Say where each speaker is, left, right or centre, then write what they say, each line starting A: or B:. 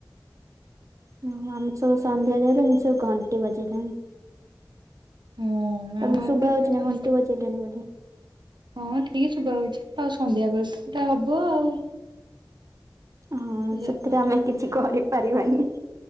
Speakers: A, on the right; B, on the right.
A: ଓ ଆମ ସବ ସନ୍ଧ୍ୟା ଦେବେ ସେ ଘଣ୍ଟେ ବଜରେ
B: ହୁଁ
A: ତମକୁ
B: ଆମର
A: ଶୁଭ
B: ବି ଏପଟେ
A: ହଉଛି
B: ସନ୍ଧ୍ୟା
A: ନା ଘଣ୍ଟି ବଜେଇଲେଣି ବୋଲି
B: ହଁ ଟିକେ ଶୁଭ ହଉଛି ଆଉ ସନ୍ଧ୍ୟା ବଟା ହବ ଆଉ।
A: ହଁ
B: ଯାହା
A: ସେଥିରେ ଆମେ
B: ଠାକୁର
A: କିଛି କରିପାରିବାନି